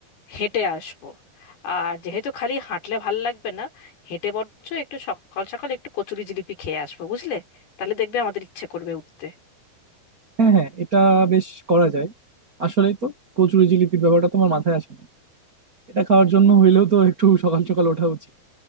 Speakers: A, on the left; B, on the right.
A: হেঁটে আসবো আর যেহেতু খালি হাঁটলে ভাল লাগবে না হেঁটে বরঞ্চ একটু সকাল সকাল একটু কচুরি জিলিপি খেয়ে আসবো বুঝলে তাহলে দেখবে আমাদের ইচ্ছে করবে উঠতে
B: হ্যাঁ হ্যাঁ এটা বেশ করা যায় আসলেই তো কচুরি জিলিপির ব্যাপারটা তোমার মাথায় আসে নাই এটা খাওয়ার জন্য হইলেও তো একটু সকাল সকাল ওঠা উচিত